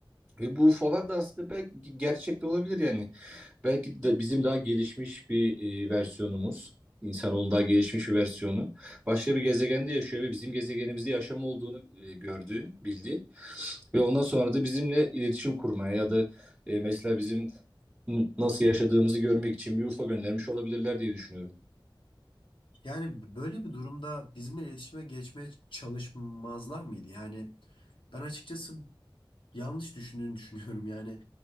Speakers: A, in the centre; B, on the left.
A: Ve bu UFO'lar da aslında belki gerçek de olabilir yani. Belki de bizim daha gelişmiş bir e, versiyonumuz, insanoğlunun daha gelişmiş bir versiyonu başka bir gezegende yaşıyor ve bizim gezegenimizde yaşam olduğunu e, gördüğü, bildiği. Ve ondan sonra da bizimle iletişim kurmaya ya da e, mesela bizim n- nasıl yaşadığımızı görmek için bir UFO göndermiş olabilirler diye düşünüyorum.
B: Yani böyle bir durumda bizimle iletişime geçmeye çalışmazlar mıydı? Yani ben açıkçası yanlış düşündüğünü düşünüyorum. Yani